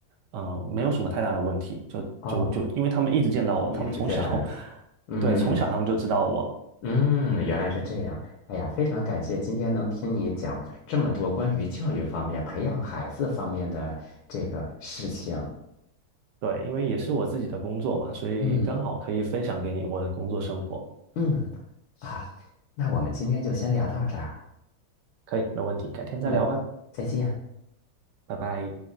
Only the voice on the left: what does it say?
哦，一直见到你啊。
嗯。
嗯，原来是这样。哎呀，非常感谢今天能听你讲这么多关于教育方面、培养孩子方面的这个事情。
嗯。嗯，啊，那我们今天就先聊到这儿。
嗯，再见。